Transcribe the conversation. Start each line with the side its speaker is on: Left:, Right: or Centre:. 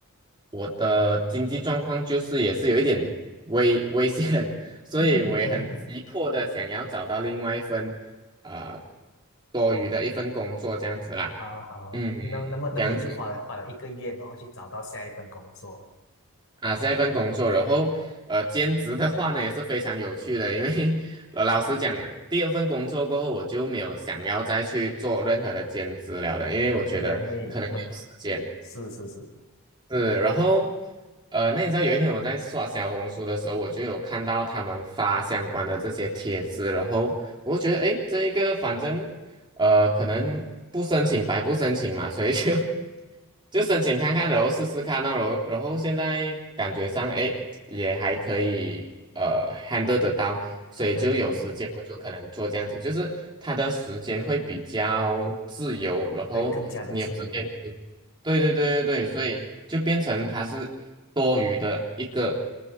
Right: 我的经济状况就是也是有一点危危险，<laughs> 所以我也很急迫的想要找到另外一份啊
Left: <laughs>
Right: 多余的一份工作这样子啦，
Left: 好好，
Right: 嗯，
Left: 那那么那么你就花了花了一个月，
Right: 这样子，
Left: 然后去找到下一份工作。
Right: 啊，这一份工作，然后呃，兼职的话呢也是非常有趣的，因为呃，老实讲，第二份工作过后，我就没有想要再去做任何的兼职了的，因为我觉得可能没有时间。
Left: 对呀、因为很，是是是，
Right: 是，然后呃，那你知道有一天我在刷小红书的时候，我就有看到他们发相关的这些帖子，然后我就觉得，诶，这一个反正呃，可能不申请白不申请嘛，所以就 <laughs> 就申请看看，然后试试看哦，然后然后现在感觉上，哎，也还可以，呃，handle 得到，所以就有时间我就可能做这样子，
Left: 对
Right: 就是他的时间会比较自由，然后你有时间就
Left: 对，更加的自由，
Right: 对对对对对，所以就变成他是多余的一个